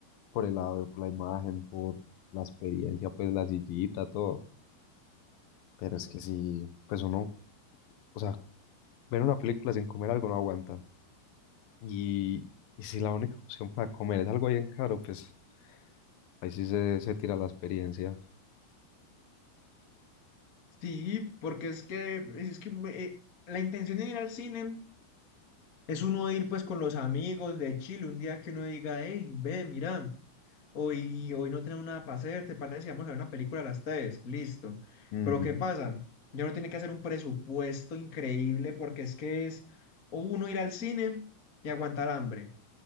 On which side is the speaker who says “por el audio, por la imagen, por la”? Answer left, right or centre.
Left